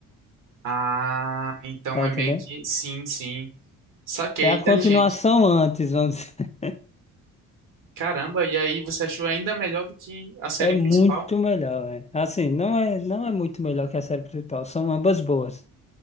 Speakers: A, on the right; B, on the left.
A: Ah, então
B: Tá
A: é
B: entendendo?
A: meio que sim, sim. Saquei,
B: É a
A: inteligente.
B: continuação antes, vamos dizer. <laughs>
A: Caramba, e aí você achou ainda melhor do que a série
B: É muito
A: principal?
B: melhor, velho. Assim, não é, não é muito melhor que a série principal, são ambas boas.